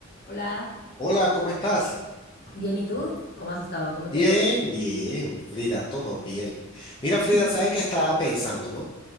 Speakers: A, on the left; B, on the left.
A: Hola,
B: Hola, ¿cómo estás?
A: bien, ¿y tú? ¿Cómo has estado? ¿Cómo te
B: Bien,
A: ha ido?
B: bien, Frida, todo bien. Mira,
A: <laughs>
B: Frida, ¿sabes qué estaba pensando, no?